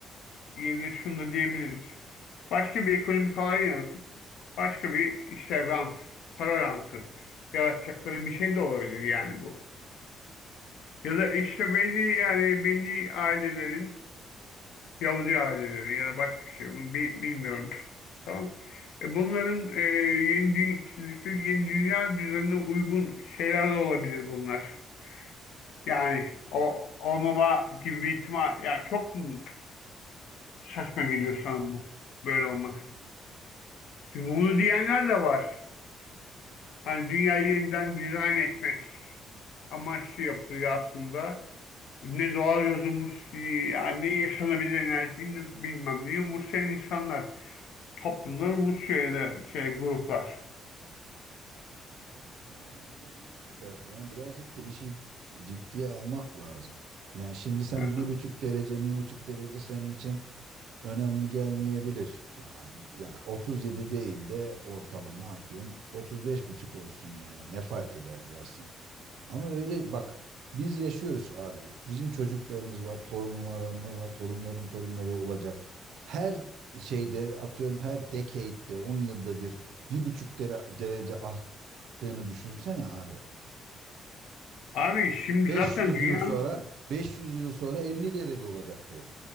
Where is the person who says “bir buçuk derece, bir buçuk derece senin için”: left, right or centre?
Right